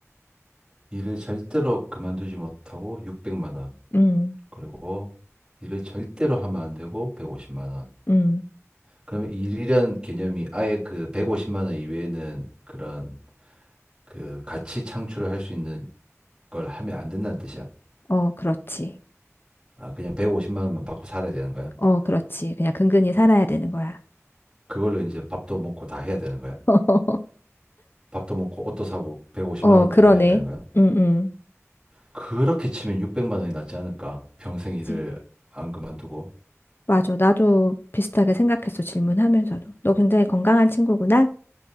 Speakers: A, on the right (about 15°); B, on the left (about 45°).
A: 일을 절대로 그만두지 못하고 600만 원.
B: 음,
A: 그리고 일을 절대로 하면 안 되고 150만 원.
B: 음,
A: 그러면 일이라는 개념이 아예 그 150만 원 이외에는 그런 그 가치 창출을 할 수 있는 걸 하면 안 된다는 뜻이야.
B: 어, 그렇지.
A: 아, 그냥 150만 원만 받고 살아야 되는 거야.
B: 어, 그렇지. 그냥 근근히 살아야 되는 거야.
A: 그걸로 이제 밥도 먹고 다 해야 되는 거야.
B: <laughs>
A: 밥도 먹고 옷도 사고 150만
B: 어,
A: 원으로
B: 그러네.
A: 해야 되는 거야.
B: 응, 응.
A: 그렇게 치면 600만 원이 낫지 않을까? 평생
B: 그치.
A: 일을 안 그만두고.
B: 맞아. 나도 비슷하게 생각했어. 질문하면서도. 너 굉장히 건강한 친구구나?